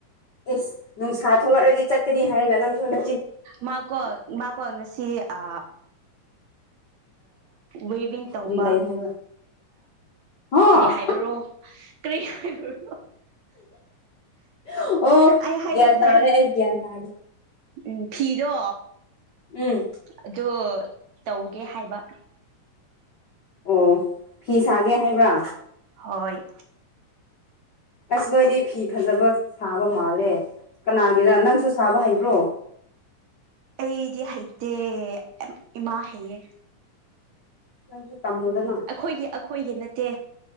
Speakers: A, on the left (about 55°); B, on the right (about 70°).
A: ꯑꯦꯁ ꯅꯨꯡꯁꯥ ꯊꯣꯛꯂꯛꯂꯗꯤ ꯆꯠꯀꯅꯤ ꯍꯥꯏꯔꯒ ꯅꯪꯁꯨꯤꯟ
B: ꯃꯥꯀꯣ ꯃꯥꯀꯣ ꯉꯁꯤ ꯑ ꯋꯦꯚꯡ ꯇꯧꯕ
A: ꯀꯔꯤ ꯂꯩ ꯍꯥꯏꯕ꯭ꯔꯥ ꯍꯥ
B: ꯀꯔꯤ ꯍꯥꯏꯕꯔꯣ ꯀ꯭ꯔꯤꯕ꯭ꯔꯣ
A: ꯑꯣ
B: ꯑ ꯍꯥꯏꯕꯊꯜ
A: ꯒ꯭ꯌꯥꯟ ꯇꯥꯔꯦ ꯑꯩ ꯒ꯭ꯌꯥꯟ ꯇꯥꯔꯦ
B: ꯎꯝ ꯐꯤꯗꯣ
A: ꯎꯝ
B: ꯑꯗꯨ ꯇꯧꯒꯦ ꯍꯥꯏꯕ
A: ꯑꯣ ꯐꯤ ꯁꯥꯒꯦ ꯍꯥꯏꯕ꯭ꯔꯥ
B: ꯍꯣꯏ
A: ꯑꯁ ꯅꯣꯏꯗꯤ ꯐꯤ ꯐꯖꯕ ꯁꯥꯕ ꯃꯥꯜꯂꯦ ꯀꯅꯥꯒꯤꯔ ꯅꯪꯁꯨ ꯁꯥꯕ ꯍꯩꯕ꯭ꯔꯣ
B: ꯑꯩꯗꯤ ꯍꯩꯇꯦ ꯏꯃꯥ ꯍꯩꯌꯦ
A: ꯅꯪꯁꯨ ꯇꯝꯃꯨꯗꯅ
B: ꯑꯩꯈꯣꯏꯒꯤ ꯑꯩꯈꯣꯏꯒꯤ ꯅꯠꯇꯦ